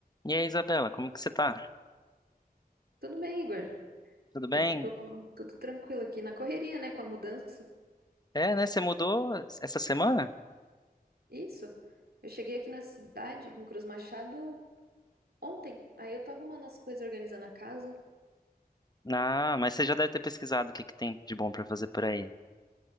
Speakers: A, on the left; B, on the right.
A: E aí, Isabela, como que você tá?
B: Tudo bem, Igor?
A: Tudo bem?
B: Eu tô tudo tranquilo aqui na correria, né, com a mudança.
A: É, né? Você mudou essa semana?
B: Isso. Eu cheguei aqui na cidade, em Cruz Machado, ontem. Aí eu tô arrumando as coisas, organizando a casa.
A: Ah, mas você já deve ter pesquisado o que que tem de bom pra fazer por aí.